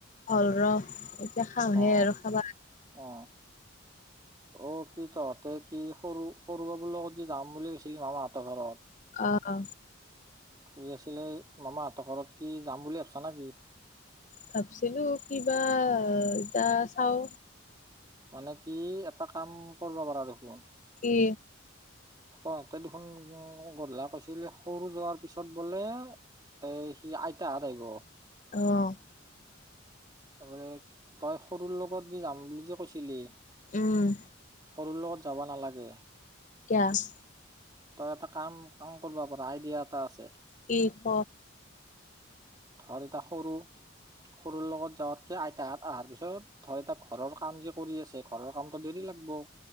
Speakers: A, on the left (about 40°); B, on the right (about 20°).
A: হল ৰস এতিয়া খাওঁহে
B: অ
A: আৰু খাবা-
B: অ অ কি তহঁতে কি সৰু সৰু বাবুৰ লগত যে যাম বুলি ভাবছিলি মামাহতৰ ঘৰত
A: অ অ
B: কৰি আছিলে মামাহঁতৰ ঘৰত কি যাম বুলি ভাবিছা নে কি?
A: ভাবছিলো কিবা এতিয়া চাও।
B: মানে কি এটা কাম কৰিব পাৰা দেখোন-
A: কি
B: তহতে দেখোন গধলা কৈছিলি সৰু যোৱাৰ পিছত বোলে- এ সি আইতা আহিব-
A: আহ
B: তই তই সৰুৰ লগত যে যাম বুলি যে কৈছিলি।
A: উম
B: তোৰ লগত যাব নালাগে
A: কিয়-
B: তই এটা কাম কাম কৰিব পাৰ আইডিয়া এটা আছে।
A: কি ক
B: ধৰি ত সৰু সৰুৰ লগত যাৱাতকে আইতাহাত অহাৰ পিছত ধৰ এ ঘৰৰ কাম যে কৰি আছে ঘৰৰ কামটো দেৰি লাগব